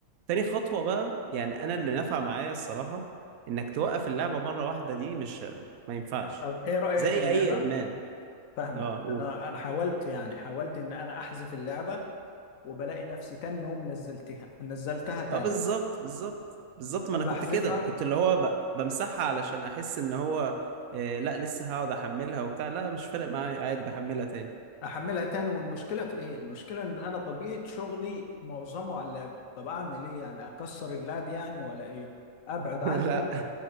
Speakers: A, on the right; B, on the left.
A: تاني خطوه بقى يعني انا اللي نفع معايا الصراحه انك توقف اللعبه مره واحده دي مش ما ينفعش
B: طب ايه رايك
A: زي
B: ان
A: اي
B: انا
A: ادمان
B: فاهمك
A: اه قول
B: انا انا حاولت يعني حاولت ان انا احذف اللعبه وبلاقي نفسي تاني يوم نزلتها نزلتها تاني
A: اه بالظبط بالظبط بالظبط ما
B: بحذفها
A: انا كنت كده كنت اللي هو ب... بمسحها علشان احس ان هو آه، لا لسه هقعد احملها وبتاع لا مش فارق معايا عادي بحملها تاني
B: احملها تاني والمشكله في ايه المشكله ان انا طبيعه شغلي معظمه على اللاب طب اعمل ايه يعني اكسر اللاب يعني ولا ايه ابعد
A: <laughs> لا
B: عنه